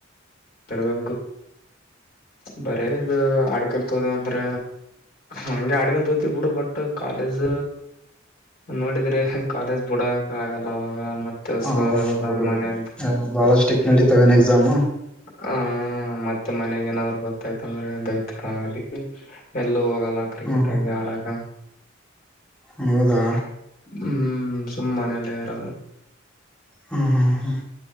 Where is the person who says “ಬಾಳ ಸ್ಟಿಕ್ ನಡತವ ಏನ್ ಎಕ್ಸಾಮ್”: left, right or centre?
Centre